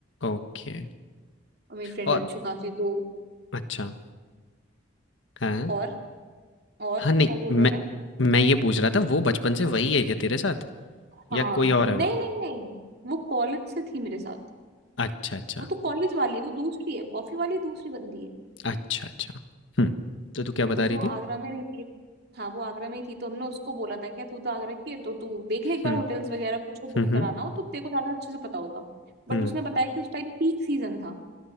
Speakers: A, on the left; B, on the right.
A: ओके
B: और मेरी फ्रेंड
A: और
B: अच्छी खासी तो
A: अच्छा, हाँ।
B: और और
A: हाँ,
B: क्या
A: नहीं
B: बोल
A: मैं
B: रहा था
A: मैं ये पूछ रहा था वो बचपन से वही है क्या तेरे साथ
B: हाँ
A: या कोई
B: नहीं
A: और है वो?
B: नहीं नहीं वो कॉलेज से थी मेरे साथ
A: अच्छा, अच्छा।
B: वो तो कॉलेज वाली है वो दूसरी है कॉफी वाली दूसरी बंदी है
A: अच्छा, अच्छा। हुँ, तो तू क्या बता
B: तो
A: रही
B: वो
A: थी?
B: आगरा में रहती है हाँ वो आगरा में ही थी तो हमने उसको बोला था क्या तू तो आगरा की है तो तू देख ले एक बार
A: हुँ,
B: होटल्स वगैरह कुछ को बुक
A: हुँ, हुँ,
B: कराना हो तो तेरे को ज्यादा अच्छे से पता होगा बट
A: हुँ।
B: उसने बताया कि उस टाइम पीक सीजन था